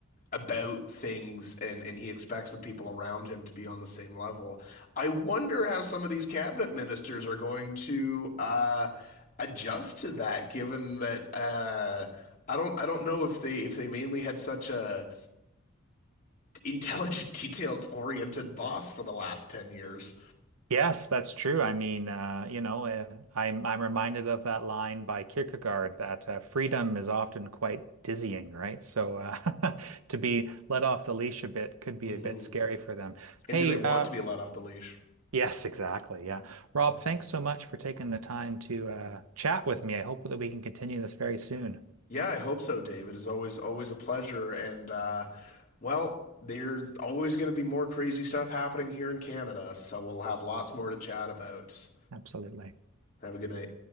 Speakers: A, on the left; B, on the right.
A: about things and and he expects the people around him to be on the same level i wonder how some of these cabinet ministers are going to uh adjust to that given that uh I don't I don't know if they if they mainly had such a intelligent <laughs> details oriented boss for the last 10 years.
B: Yes, that's true. I mean, uh, you know, uh, I'm I'm reminded of that line by Kierkegaard that uh, freedom is often quite dizzying, right? So uh, <laughs> to be let off the leash a bit could be
A: hmm
B: a bit scary for them. Hey,
A: And do they want
B: uh,
A: to be let off the leash?
B: Yes, exactly. Yeah. Rob, thanks so much for taking the time to uh, chat with me. I hope that we can continue this very soon.
A: Yeah, I hope so, Dave. It is always always a pleasure. And uh, well, there's always going to be more crazy stuff happening here in Canada, so we'll have lots more to chat about.
B: Absolutely.
A: Have a good night.